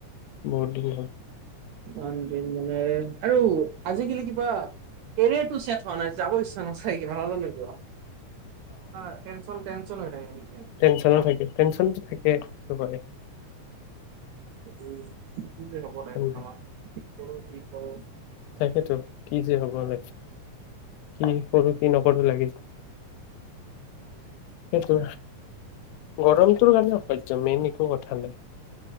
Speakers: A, on the left; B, on the right.
A: বহুত দিন হ'ল
B: ইমান দিন মানে আৰু আজিকালি কিবা কেৰিয়াৰটো চেট হোৱা নাই যাব ইচ্ছা নাযাই কিবা নাজানো কিয় অ টেনশ্যন টেন উজ্বল হৈ থাকে টাইম
A: টেনশ্যনো থাকে টেনশ্যনটো থাকেই চবতে
B: উম কি হ'ব লাইভটোত
A: থাকে
B: আমা চল কি হ <unintelligible>
A: তাকেতো কি যে হ'ব লাইফ কি কৰো কি নকৰো লাগি সেইটো গৰমটোৰ কাৰণে অসহ্য মেইন একো কথা নাই